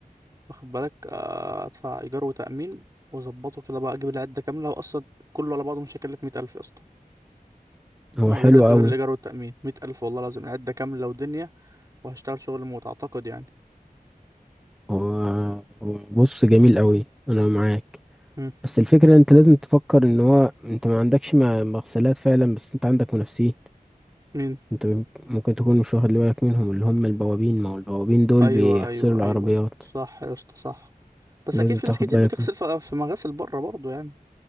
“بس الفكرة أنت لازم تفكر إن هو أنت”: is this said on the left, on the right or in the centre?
Centre